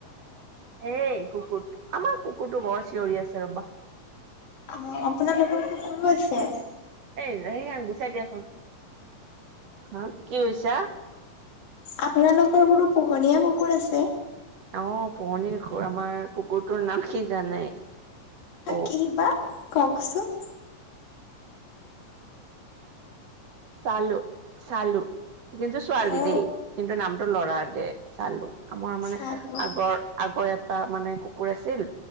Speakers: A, on the right; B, on the left.
A: হেই কুকুৰটো আমাৰ কুকুৰটো বৰ চিঞৰি আছে ৰবা।
B: অ আপোনালোকৰো কোন আছে।
A: এই সি গুচাই দিয়াচোন হ কি কৈছা-
B: আপোনালোকৰ বোৰো পোহনীয়া কুকুৰ আছে।
A: অ পুৰনিৰ ঘৰ আমাৰ কুকুৰটোৰ, নাম কি জানে অ'
B: কি বা ককচোন-
A: চালো চালো- কিন্তু ছোৱালী
B: অ
A: দেই কিন্তু নামটো লৰা দে চালো আমাৰ মানে
B: চালো
A: আগৰ আগৰ- এটা মানে কুকুৰ আছিল